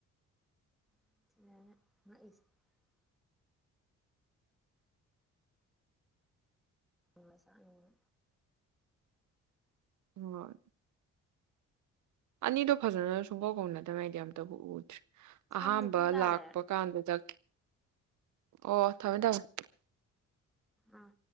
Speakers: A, in the centre; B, on the right.
A: ꯁꯤꯗꯅꯦ ꯑꯩꯅ ꯉꯛꯢꯁꯦ ꯎꯝ ꯃꯆꯥꯒꯤꯅꯦ
B: ꯑꯣ ꯑꯅꯤꯗꯣ ꯐꯖꯅ ꯁꯨꯡꯀꯧ ꯀꯧꯅꯗꯕꯩꯗꯤ ꯑꯝꯇꯕꯨ ꯎꯗꯦ
A: ꯊꯝꯃꯨ
B: ꯑꯍꯥꯝꯕ
A: ꯄꯨꯡ ꯇꯥꯔꯦ
B: ꯂꯥꯛꯄ ꯀꯥꯟꯗꯨꯗꯥ ꯑꯣ ꯊꯝꯃꯦ ꯊꯝꯃꯦ
A: ꯑꯥ